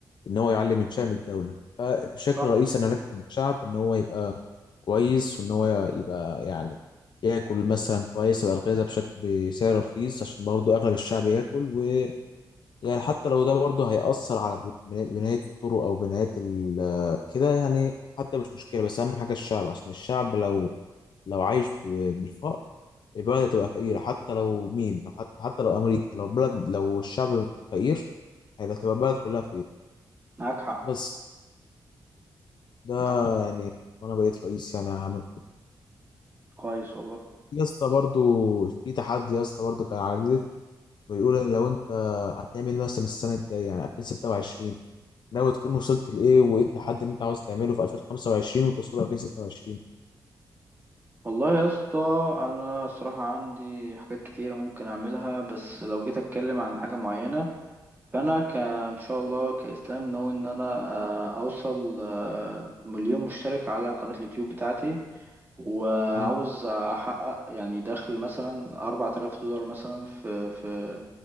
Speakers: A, on the left; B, on the right.
A: ان هو يعلي من شأن الدولة فبشكل
B: صح
A: رئيسي انا لك الشعب ان هو يبقى كويس وان هو يبقى يعني ياكل مثلا كويس يبقى الغذاء بشكل بسعر رخيص عشان برضو اغلب الشعب ياكل ويعني حتى لو ده برضو هيأثر على بنا- بناية الطرق او بناية ال- كده يعني حتى مش مشكلة بس اهم حاجة الشعب عشان الشعب لو لو عايش بالفقر البلد هتبقى فقيرة حتى لو مين حتى حتى لو امريكا لو بلد لو الشعب فقير هيبقى تبقى البلد كلها فقيرة
B: معاك حق
A: بس ده
B: معاك حق
A: يعني وانا بقيت رئيس يعني هعمل كده
B: كويس والله
A: في يا اسطى برضو في تحدي يا اسطى برضو كان على ريدت بيقول ان لو انت هتعمل إيه مثلا السنه الجايه يعني 2026 ناوي تكون وصلت لايه وايه التحدي اللي انت عاوز تعمله في 2025 وتوصله 2026
B: والله يا اسطى أنا الصراحة عندي حاجات كتيرة ممكن أعملها بس لو جيت أتكلم عن حاجة معينة فانا ك... ان شاء الله كاسلام ناوي ان انا آه، اوصل آه، مليون مشترك على قناة اليوتيوب بتاعتي وعاوز
A: مم.
B: احقق يعني دخل مثلا 4000 دولار مثلا في في